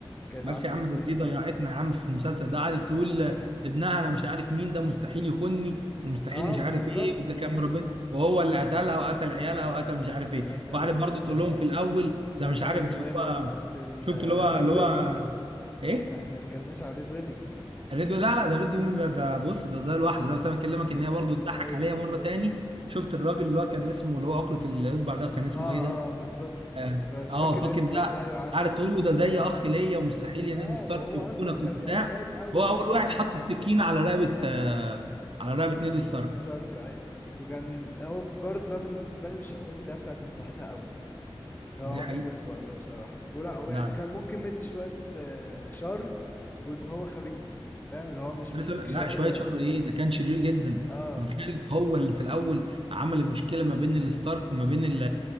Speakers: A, on the left; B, on the right.
A: كانت
B: بس
A: عاملة
B: يا عم
A: ازاي
B: ده دي ضيعتنا يا عم في المسلسل ده قعدت تقول لابنها انا مش عارف مين ده مستحيل يخوني ومستحيل
A: اه
B: مش
A: ما
B: عارف
A: بالظبط
B: ايه وده كان ربنا وهو اللي قتلها وقتل عيالها وقتل مش
A: <laughs>
B: عارف ايه
A: قتل
B: وقعدت برضه
A: آه،
B: تقول لهم في الاول ده
A: قتل
B: مش عارف
A: اسمه
B: ده اللي
A: ايه ده
B: هو
A: في
B: شفت اللي هو
A: الريد
B: اللي
A: ويدنج
B: هو ايه
A: احنا ما اتكلمناش على الريد ويدنج
B: الريديو لا لا ده الريديو ده ده بص ده ده لوحده ده بس انا بكلمك
A: <laughs>
B: ان هي برضه تضحك
A: ايوه
B: عليا مره تاني شفت الراجل اللي هو كان اسمه اللي هو عقلة الاصبع ده كان اسمه
A: اه
B: ايه ده
A: اه بالظبط
B: اه
A: أنا مش
B: آه،
A: فاكر
B: فاكر
A: اسم
B: ده
A: بس ايوه عارفه
B: قعدت تقول له ده زي اخ ليا ومستحيل يا
A: اه
B: نيد ستارك
A: وهو
B: يفتونك
A: اصلا كان
B: وبتاع
A: يعني باين قوي
B: هو
A: ان
B: اول
A: هو
B: واحد حط السكين على رقبه آه على رقبه نيد
A: بتنادي
B: ستارك
A: ستارك ايوه وكان هو برضه ده بالنسبه لي من الشخصيات اللي هي بتاعت مصلحتها قوي يعني هو
B: دي حقيقه
A: كنت اسمع ده بصراحه ولا
B: لا
A: يعني كان ممكن مدي شويه آه، شر وان هو خبيث فاهم اللي هو مش
B: كنت لسه
A: مديك
B: لا
A: شر
B: شويه شر ايه ده كان شرير جدا انت
A: اه
B: متخيل إن هو اللي في الاول عمل المشكله ما بين الستارك وما بين ال